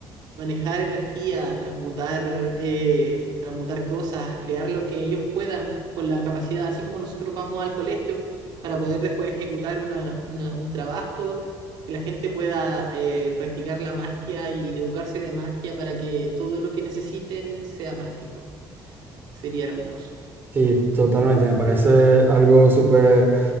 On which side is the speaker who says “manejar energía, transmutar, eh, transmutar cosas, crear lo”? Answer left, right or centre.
Right